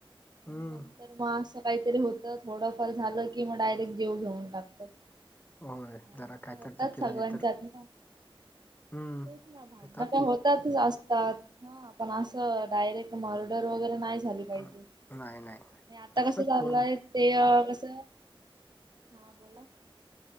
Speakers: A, on the left; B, on the right.
A: हम्म
B: आणि नंतर म असं काहीतरी होत थोडंफार झालं की, मग डायरेक्ट जीव घेऊन टाकतात.
A: होय
B: भांडणं
A: जरा
B: काय होतात
A: तर चुकी
B: सगळ्यांच्यात
A: झाली तर
B: ना
A: हम्म
B: तेच ना भांडणं
A: होतात
B: काय
A: की
B: होतातच अस तात हा पण असं डायरेक्ट मर्डर वगैरे नाही झाली
A: हम्म.
B: पाहिजे, आणि
A: नाही नाही
B: आता
A: असं
B: कस चाललंय
A: कोण
B: ते अ क हा बोला